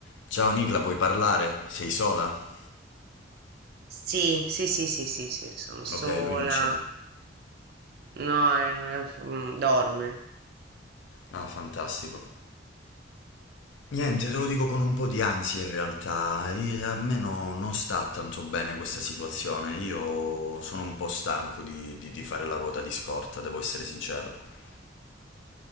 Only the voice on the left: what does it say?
Ciao Nicla, puoi parlare? Sei sola?
Ok, lui non c'è.
Ah, fantastico. Niente, te lo dico con un po' di ansia in realtà. I- A me no- non sta tanto bene questa situazione. Io sono un po' stanco di, di- di fare la ruota di scorta, devo essere sincero.